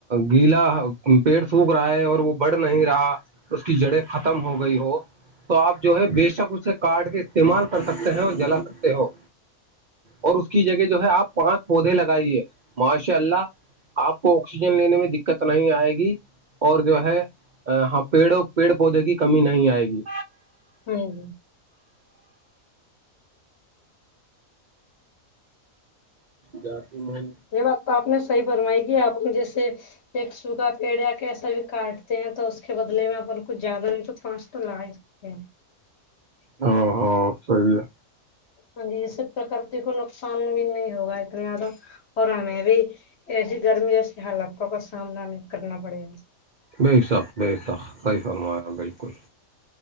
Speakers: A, on the right; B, on the left.
A: گیلا پیڑ سوکھ رہا ہے اور وہ بڑ نہیں رہا اس کی جڑیں ختم ہو گئی ہو تو آپ جو ہے بے شک اسے کاٹ کے استعمال کر سکتے ہیں اور جلا سکتے ہو اور اس کی جگہ جو ہے آپ پانچ پودے لگائیے ماشاء اللہ آپ کو آکسیجن لینے میں دقت نہیں آئے گی اور جو ہے پیڑوں پیڑ پودے کی کمی نہیں آئے گی
B: ہوں
A: جتی میں
B: یہ بات تو آپ نے صحی فرمائی کی آپ جیسے ایک سوگا پیڑیا کیسا بھی کاٹتے ہیں تو اس کے بدلے میں کچھ زیادہ نہیں تو پانچ تو لگ ہوں
A: ہ ہاں صی ہے
B: ہاں جی اس سے پرکرتی کو نقصان بھی نہیں ہوگا اتنے زیادہ اور ہمیں بھی ایسی گرمی ایسی حالاتوں کا سامنا نہیں کرنا پڑے گا
A: بے شق بے شخ صحی فرمایا بالکل